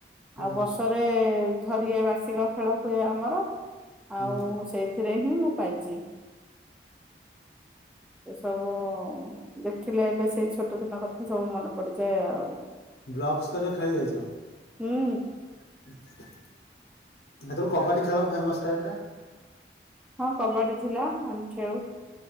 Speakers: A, on the left (about 60°); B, in the centre.
A: ହୁଁ
B: ଆଉ ବର୍ଷ ରେ ଥରିଏ ବାର୍ଷିକ ଖେଳ ହୁଏ ଆମର
A: ହୁଁ
B: ଆଉ ସେଇଥିରେ ହିଁ ମୁଁ ପାଇଚି। ଏ ସବୁ ଉଁ ଦେଖିଲେ ଏବେ ସେଇ ଛୋଟ ଦିନ କଥା ସବୁ ମନେ ପଡିଯାଏ ଆଉ।
A: ବ୍ଲକ୍ ସ୍ତରରେ ଖାଇ ଯାଈଚ?
B: ହୁଁ।
A: <inaudible> ସେତବେଳୁ କବାଡି ଖେଳ ଫେମସ ଥାଏ ପରା
B: ହଁ କବାଡି ଥିଲା ଆମେ ଖେଳୁ